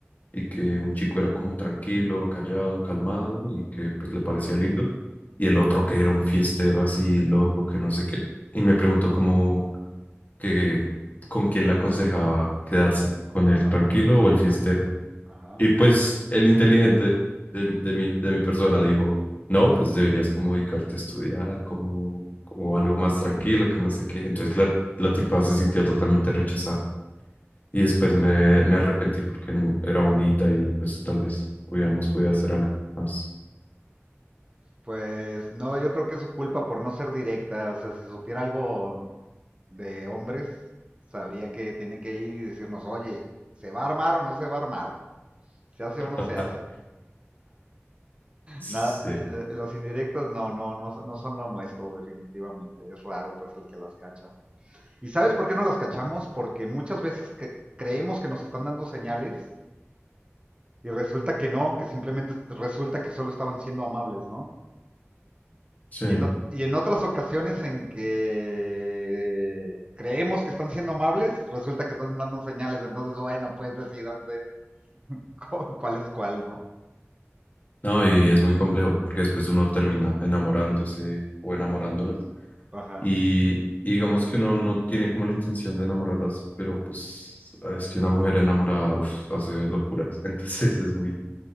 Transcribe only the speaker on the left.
y que un chico era como tranquilo, callado, calmado y que pues le parecía lindo. Y el otro que era un fiestero así loco, que no sé qué. Y me preguntó como que con quién le aconsejaba quedarse, con el
tranquilo o el fiestero.
Y pues el inteligente de, de mi, de mi persona dijo, no, pues deberías como dedicarte a estudiar, como, como algo más tranquilo, que no sé qué. Entonces la, la tipa se sintió totalmente rechazada. Y después me, me arrepentí porque n- era bonita y pues tal vez hubiéramos podido hacer algo más.
<laughs>
Sí,
sí.
No, y es muy complejo porque después uno termina enamorándose o enamorándola
Y, y digamos que uno no tiene como la intención de enamorarlas, pero pues ah, es que una mujer enamorada uf, hace locuras, <laughs> entonces es muy